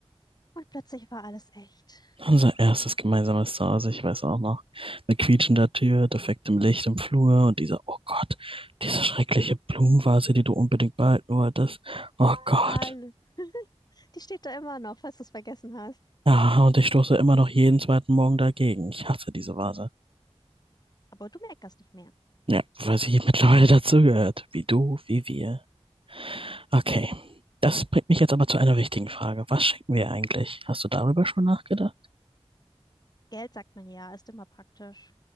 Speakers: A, on the left (about 35°); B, on the right (about 55°).
A: Und plötzlich war alles echt.
B: Unser erstes gemeinsames Zuhause, ich weiß auch noch. Mit quietschender Tür, defektem Licht im Flur und dieser, oh Gott, diese schreckliche Blumenvase, die du unbedingt behalten wolltest. Oh Gott.
A: Halle. Die steht da immer noch, falls du es vergessen hast.
B: Ja, und ich stoße immer noch jeden zweiten Morgen dagegen. Ich hasse diese Vase.
A: Aber du meckerst nicht mehr.
B: Ja, weil sie mittlerweile dazugehört. Wie du, wie wir. Okay. Das bringt mich jetzt aber zu einer wichtigen Frage. Was schenken wir eigentlich? Hast du darüber schon nachgedacht?
A: Geld, sagt man ja, ist immer praktisch.